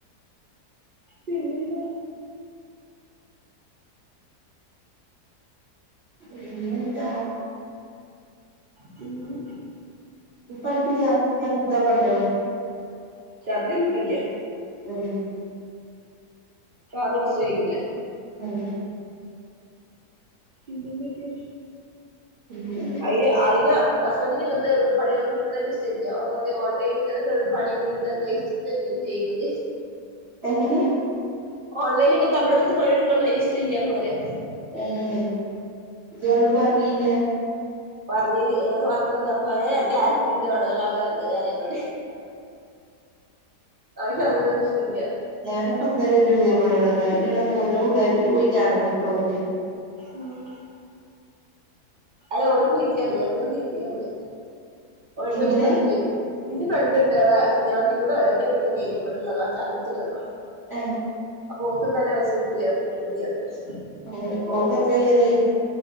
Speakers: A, on the right; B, on the right.
A: പിന്നെന്താ
B: പിന്നെന്താ
A: പിന്നെ
B: ഇപ്പൻക്ക് ഛർദിയോ അങ്ങൻത്തൊക്കെണ്ടോ?
A: ചർദ്ദിഒന്നും ഇപ്പല്ലിയ
B: ആഹ്
A: ആറു മാസൊക്കെ കയിഞ്ഞിലേ
B: ഉം
A: പിന്നെന്തെക്കെ
B: പിന്നെ
A: അയ്ൻ അയ്നോ ഹസ്ബന്റിന് ഇങ്ങൻത്തെ പണിയൊ ന്നും ഇടക്ക്ണെന്നെ ഇഷ്ടല്ല. അതറിം ഓൺലൈനി ഇങ്ങനൊക്കെ പണി <unintelligible> അതല്ലേ നീ ചെയ്യ്ണത്
B: എങ്ങനേ
A: ഓൺലൈൽ ഇങ്ങൻത്തെ നമ്മളിങ്ങൻത്തെ പണിട്ക്ക്ണെതൊന്നും അയ്നിഷ്ടല്ലാന്ന് പറിയാ
B: ഏ ഇജോനോട് പർനീല്ല
A: പർഞ്ഞീനി ഇങ്ങൻത്തെ വർകൊക്കെ അപ്പൊ ഏ അന്റെ <unintelligible> വേണല്ലോ <unintelligible> അയ്ക്ക അങ്ങനെന്നും ഇഷ്ടല്ല
B: ഞാനിപ്പന്നലന്റ പുതിയാപ്പൾ നോടർഞ്ഞു. <unintelligible> ഓരോ ഉടായ്പില് പോയി ചാടണ്ടട്ടോപർഞ്ഞ്
A: ഉം അല്ല ഓൽക്ക് കിട്ടിയർന്ന് <unintelligible> കിട്ടിയർന്ന് ഓൽത്
B: എങ്ങനെ
A: വലിയ സംഖ്യ ഏനി എന്റെ ഫ്രണ്ട്ണ്ട് അവ്ടെ ഞാ ഇതിലൂടെ പരിജയപ്പെട്ടതനേനി ഇവിടെള്ളതാ ചാലിയത്തുള്ളതാ
B: ഏഹ്
A: അപ്പൊ ഓക്ക് ഇന്നലെ പൈസ കിട്ടിയർഞ്ഞു കേറി പർഞ്ഞു
B: ഉം ഓക്കെത്രെ കേറിയേ